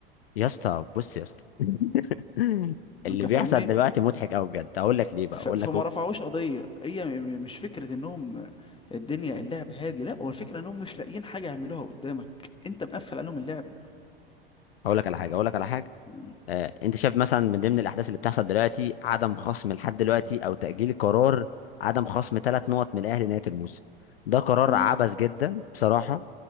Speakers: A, on the left; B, on the left.
A: يا اسطى بص يا اسطى <laughs> اللي
B: انت
A: بيحصل
B: فاهمني
A: دلوقتي مضحك قوي بجد اقول لك ليه بقى
B: ف-
A: اقول
B: فما
A: لك
B: رفعوش قضية هي م- م- مش فكرة انهم الدنيا اللعب هادي لا هو الفكرة انهم مش لاقيين حاجة يعملوها قدامك انت مقفل عليهم اللعبة
A: اقول لك على حاجه اقول لك على حاجه
B: م-
A: آه، انت شايف مثلا من ضمن الاحداث اللي بتحصل دلوقتي عدم خصم لحد دلوقتي او تاجيل قرار عدم خصم ثلاث نقط من الاهلي نهايه الموسم ده قرار
B: م-
A: عبث جدا بصراحه